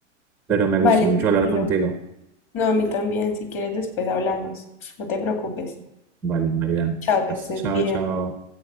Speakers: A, in the centre; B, on the left (about 35°).
A: Pero me
B: Vale,
A: gustó mucho
B: tranquilo.
A: hablar contigo.
B: No, a mí también. Si quieres, después hablamos. No te preocupes.
A: Vale, María.
B: Chao, que
A: Hasta-
B: estés
A: Chao,
B: bien.
A: chao.